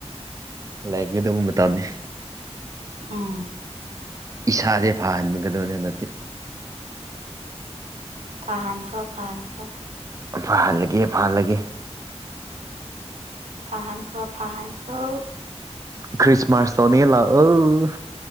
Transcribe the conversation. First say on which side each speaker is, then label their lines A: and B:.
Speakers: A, on the right; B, on the right.
A: ꯂꯩꯒꯗꯧ ꯃꯇꯝꯅꯤ
B: ꯎꯝ
A: ꯏꯁꯥꯁꯦ ꯐꯍꯟꯒꯗꯕꯅꯦ ꯍꯟꯗꯛꯇꯤ
B: ꯐꯍꯥꯟ ꯈ꯭ꯔꯣ ꯐꯍꯥꯟ ꯈ꯭ꯔꯣ
A: ꯐꯍꯜꯂꯒꯦ ꯐꯍꯜꯂꯒꯦ
B: ꯐꯍꯥꯟꯈ꯭ꯔꯣ ꯐꯍꯟꯈ꯭ꯔꯣ
A: ꯈ꯭ꯔꯤꯁꯃꯥꯁ ꯇꯧꯅꯤꯌꯦ ꯂꯥꯛꯑꯣ